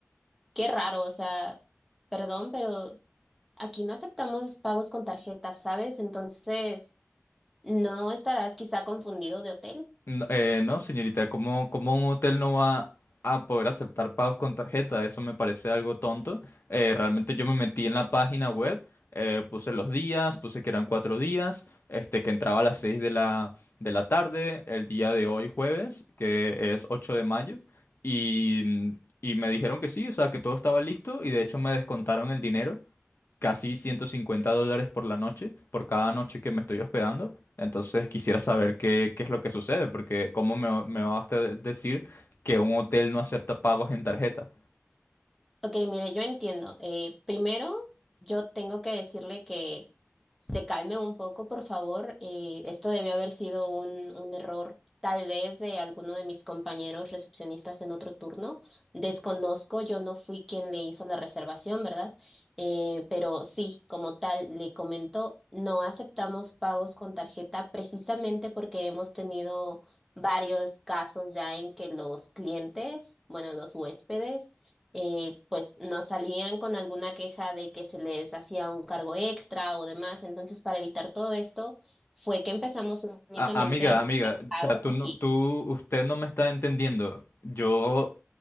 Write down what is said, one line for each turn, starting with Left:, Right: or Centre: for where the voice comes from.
Centre: qué raro, o sea, perdón, pero Aquí no aceptamos pagos con tarjetas, ¿sabes? Entonces, ¿no estarás quizá confundido de hotel?
Left: No, eh, no, señorita, ¿cómo, cómo un hotel no va a poder aceptar pagos con tarjeta? Eso me parece algo tonto. Eh, realmente yo me metí en la página web, eh, puse los días, puse que eran cuatro días, este, que entraba a las seis de la, de la tarde, el día de hoy jueves, que es 8 de mayo, y, y me dijeron que sí, o sea, que todo estaba listo y de hecho me descontaron el dinero casi 150 dólares por la noche, por cada noche que me estoy hospedando. Entonces quisiera saber qué, qué es lo que sucede, porque ¿cómo me, va- me va a usted decir que un hotel no acepta pagos en tarjeta?
Centre: Ok, mire, yo entiendo. Eh, primero, yo tengo que decirle que se calme un poco, por favor. Eh, esto debió haber sido un, un error, tal vez de alguno de mis compañeros recepcionistas en otro turno. Desconozco, yo no fui quien le hizo la reservación, ¿verdad? Eh, pero sí, como tal, le comento, no aceptamos pagos con tarjeta precisamente porque hemos tenido varios casos ya en que los clientes, bueno, los huéspedes, eh, pues nos salían con alguna queja de que se les hacía un cargo extra o demás. Entonces, para evitar todo esto, fue que empezamos únicamente
Left: A- amiga,
Centre: a hacer
Left: amiga, o
Centre: pagos
Left: sea, tú
Centre: aquí.
Left: no, tú, usted no me está entendiendo. Yo